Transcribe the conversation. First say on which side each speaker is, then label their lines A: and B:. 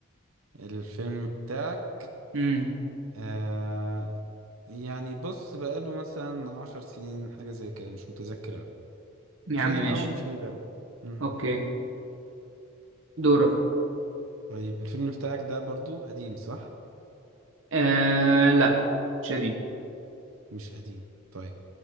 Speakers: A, on the right; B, on the right.
A: الفيلم بتاعك
B: امم
A: آه يعني بص بقاله مثلا عشر سنين حاجة زي كده مش متذكر أوي
B: يا
A: مش
B: عمي
A: قديم
B: ماشي
A: أوي مش جديد أوي مم.
B: اوكي دورك
A: طيب الفيلم بتاعك ده برضو قديم صح؟
B: آه لا مش قديم
A: مش قديم طيب